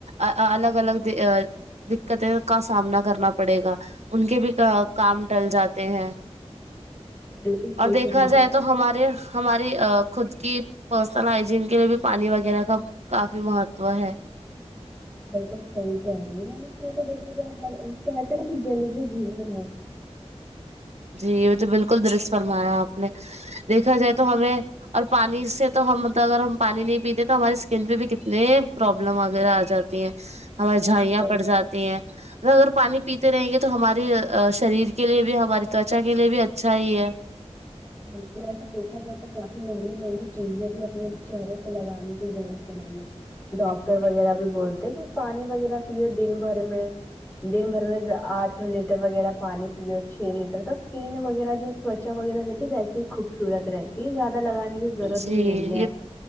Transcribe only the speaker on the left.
بالکل صحیح
فرما رہی
ہے
بالکل صحیح کہہ رہی ہے آپ کیک دیکھا جائے ہر کہتے نا کہ جلییہ جیون ہے
جل
بالکل ایسا دیکھا جائے تو کافی ہے ہی نہیں چیزیں بھی اپنے چہرے پہ لگانے کی دنے کے نہیں ہے ڈاکٹر وغیرہ بھی بولتے کہ پانی وغیرہ پیو دن بھر میں دن بھر میں آٹھ لیٹر وغیرہ پانی پیو چھ لیٹر ت اسکین وغیرہ جو تچا وغیرہ ویسی ہی خوبصورت رہتی ہے زیادہ لگانے کی ضرورت
بھی
نہیں ہے